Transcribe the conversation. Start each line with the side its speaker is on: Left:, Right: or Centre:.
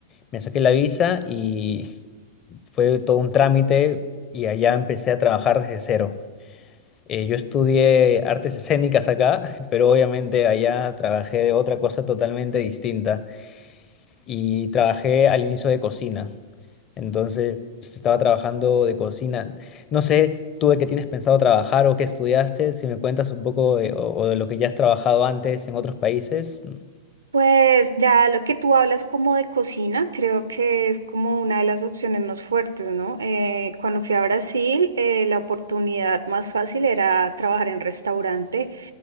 Left: Me saqué la visa y fue todo un trámite y allá empecé a trabajar desde cero. Eh, yo estudié artes escénicas acá, <laughs> pero obviamente allá trabajé de otra cosa totalmente distinta y trabajé al inicio de cocina. Entonces estaba trabajando de cocina. No sé, tú de qué tienes pensado trabajar o qué estudiaste, si me cuentas un poco de, o, o de lo que ya has trabajado antes en otros países.
Right: Pues ya lo que tú hablas como de cocina, creo que es como una de las opciones más fuertes, ¿no? Eh, cuando fui a Brasil, eh, la oportunidad más fácil era trabajar en restaurante,